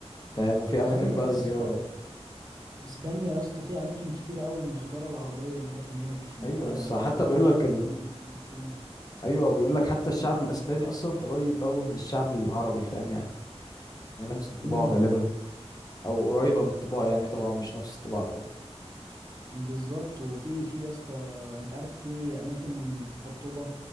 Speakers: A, on the left; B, on the right.
A: فاهم وفي اماكن
B: خلي بالك
A: بقى الزياره
B: يا اسطى اسبانيا يا اسطى فيها اماكن كتير قوي من الحضاره العربيه اللي كانت هناك احنا
A: ايوه
B: آه،
A: يا اسطى حتى
B: الحضاره
A: بيقول
B: العربيه
A: لك
B: كانت لمده 100 سنه
A: ايوه بيقول لك حتى الشعب الاسباني اصلا قريب قوي من الشعب العربي فاهم يعني يعني نفس الطباع
B: امم
A: غالبا او قريبه من الطباع يعني طبعا مش نفس الطباع قوي
B: بالظبط وفي في يا اسطى انت عارف في اماكن في قرطبه